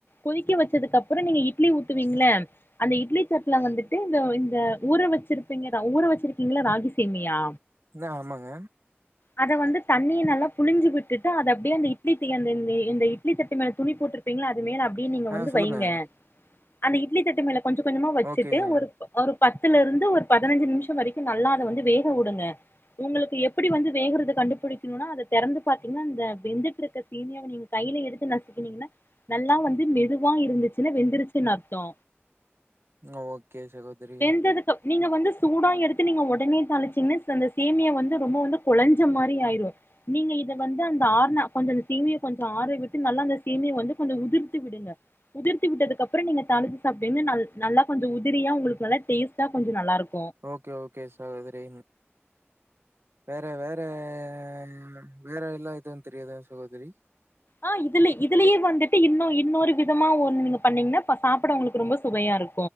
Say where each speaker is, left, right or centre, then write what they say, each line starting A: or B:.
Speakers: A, on the left; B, on the right.
A: கொதிக்க வச்சதுக்கப்பறோ நீங்க இட்லி ஊத்துவீங்ல அந்த இ இட்லி தட்ல வந்துட்டு இந்த இந்த ஊற வச்சிருப்பீங்க த ஊற வச்சிருக்கீங்ல ராகி சேமியா
B: இந்த ஆமாங்க
A: அத வந்து தண்ணிய நல்லா புழிஞ்சு வி ட்டுட்டு அத அப்டியே அந்த இட்லி தி அந்த ந்தே இந்த இட்லி தட்டு மேல துணி போட்ருப்பீங்ல அது மேல அப் டியே நீங்க
B: ஆ
A: வந்து
B: சொல்லுங்க.
A: வைங்க அந்த இட்லி தட்டு மேல கொஞ்சு கொஞ்சமா வச்சுட்டு
B: ஓகேங்க.
A: ஒரு ஒரு பத்துல இருந்து ஒரு பதனஞ்சு நிம்ஷோ வரைக்கு நல்லா அத வந்து வேகவுடுங்க உங்களுக்கு எப்டி வந்து வேகறத கண்டுபிடிக்கணுனா அத தெறந்து பாத்தீங்கனா அந்த வெந்துட்ருக்க சேமியாவ நீங்க கைல எடுத்து நசுக்னீங்கனா நல்லா வந்து மெதுவா இருந்துச்சுனா வெந்துருச்சுன் அர்த்தோ
B: ம் ஓகே சகோதரி
A: வெந்ததுக்கு அப் நீங்க வந்து சூடா எடுத்து நீங்க ஒடனே தாளிச்சீங்ன்னா ச அந்த சேமியா வந்து ரொம்ப வந்து கொழஞ்ச மாரி ஆயிரு நீங்க இத வந்து அந்த ஆறுன கொஞ்ச அந்த சேமியா கொஞ்சோ ஆற விட்டு நல்லா அந்த சேமியா வந்து கொஞ்சோ உதிர்த்து விடுங்க உதிர்த்தி விட்டதுக்கப்பறோ நீங்க தாளிச்சு சாப்ட்டீங்ன்னா நல் நல்லா கொஞ்ச உதிரியா உங்களுக் நல்லா டேஸ்ட்டா கொஞ்ச நல்லாருக்
B: ஓகே ஓகே சகோதரி வேற வேற ம் வேற எல்லா எது தெரியாதா சகோதரி
A: ஆஹ் இதுலே இதுலயே வந்துட்டு இன்னு இன்னோரு விதமா ஒன்னு நீங்க பண்ணீங்னா ப சாப்பட உங்களுக்கு ரொம்ப சுவையா இரு